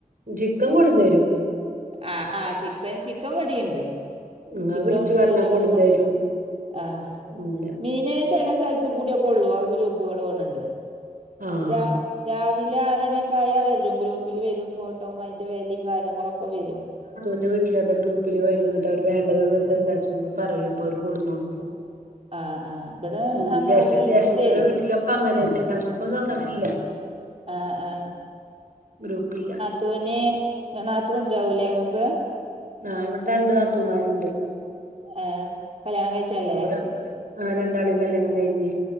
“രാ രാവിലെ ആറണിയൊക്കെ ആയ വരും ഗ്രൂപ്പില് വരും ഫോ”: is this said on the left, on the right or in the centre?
Right